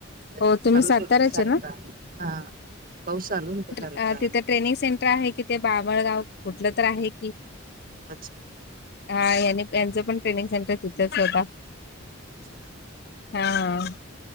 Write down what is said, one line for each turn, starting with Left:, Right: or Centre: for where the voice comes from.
Right: अ
Left: हो तुम्ही
Right: चालू
Left: साताराचे
Right: होता सारखा
Left: ना
Right: हा पाऊस चालून होता. सारखा
Left: अ तिथं ट्रेनिंग सेंटर आहे की, ते बाबळगाव कुठलं तर आहे की,
Right: अच्छा
Left: हा यानी यांचं पण ट्रेनिंग सेंटर तिथेच होता.
Right: <unintelligible>
Left: हा